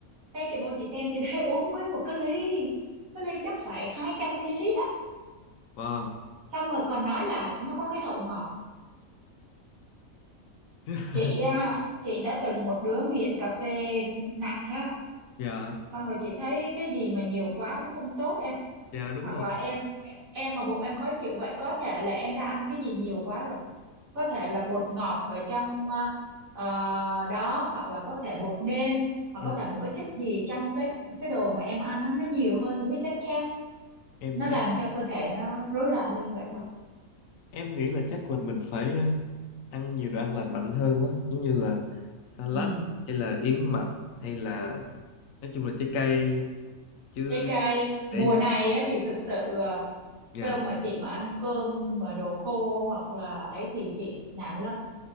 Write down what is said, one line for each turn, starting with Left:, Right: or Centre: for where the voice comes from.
Right: cái chị vô chị xem chị <laughs> thấy uống nguyên một cái ly cái ly chắc phải 200 ml á
Left: wow
Right: xong rồi còn nói là nó có cái hậu ngọt
Left: <laughs>
Right: chị à, chị đã từng một đứa nghiện cà phê nặng á
Left: dạ
Right: xong rồi chị thấy cái gì mà nhiều quá cũng không tốt em
Left: dạ đúng
Right: hoặc
Left: rồi
Right: là em em mà bụng em khó chịu vậy có thể là em đã ăn cái gì nhiều quá rồi. có thể là bột ngọt ở trong ờ, ờ, đó hoặc là có thể bột nêm hoặc
Left: ừ.
Right: có thể một cái chất gì trong cái cái đồ mà em ăn nó nó nhiều hơn những cái chất khác
Left: em
Right: nó
Left: thấy
Right: làm cho cơ thể nó rối loạn lên vậy thôi
Left: em nghĩ là chắc là mình phải ờ, ăn nhiều đồ ăn lành mạnh hơn quá giống như là salad
Right: ừ.
Left: hay là yến mạch hay là nói chung là trái cây chứ
Right: trái cây mùa
Left: để
Right: này á, thì thực sự ờ,
Left: dạ
Right: kêu mà chị mà ăn cơm mà đồ khô hoặc là ấy thì chị nản lắm